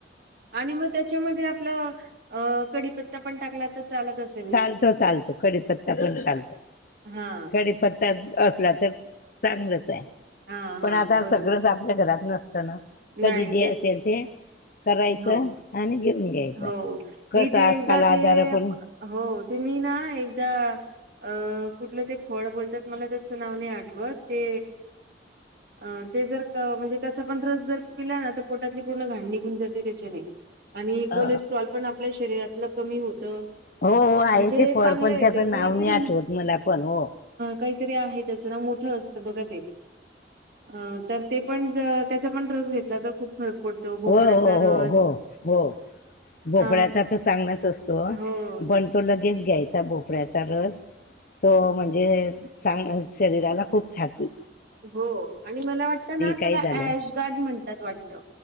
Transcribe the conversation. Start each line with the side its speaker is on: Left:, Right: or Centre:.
Right: आणि मग त्याच्यामध्ये आपलं अ कडीपत्ता पण टाकला तर चालत असत.
Left: चालतो चालतो कडीपत्ता पण चालतो
Right: हा
Left: क. असला तर चांगलच आहे
Right: हा
Left: पण
Right: हा
Left: आता
Right: बरोबर
Left: सगळं. आपल्या घरात नसताना कधी
Right: नाही
Left: जे
Right: तेच
Left: असेल ते करायचं
Right: हो
Left: आणि घेऊन. घ्यायचं
Right: हो
Left: कसं
Right: मी ते
Left: आजकाल
Right: एकदा
Left: आजार
Right: ते
Left: पण
Right: हो ते मी ना एकदा अ कुठलं ते फळ बोलतात मला त्याचं नाव नाही आठवत ते अ ते जर म्हणजे त्याचा पण रस जर पिला ना तर पोटातली पूर्ण घाण निघून जाते त्याच्याने आणि
Left: अ
Right: कोलेस्ट्रॉल पण आपल्या शरीरातलं कमी होतं
Left: हो हो आहे
Right: ण जे
Left: ते फळ
Right: चांगले
Left: पण
Right: आहे
Left: त्याचं
Right: ते
Left: नाव
Right: काहीतरी
Left: नाही आठवत
Right: म
Left: मला पण हो
Right: काहीतरी आहे त्याचं नाव मोठं असतं बघत एक. अ तर ते पण त्याचा पण रस घेतला तर खूप फरक पडतो भोपड्याचा
Left: हो हो
Right: रस.
Left: हो हो हो भोपळ्याचा
Right: अ
Left: तर चांगलाच असतो
Right: हो
Left: पण. तो लगेच घ्यायचा भोपऱ्याचा रस तो म्हणजे चांग शरीराला खूप छाकी.
Right: हो आणि मला वाटतं ना त्याला
Left: काही झालं
Right: श गार्ड म्हणतात वाटत.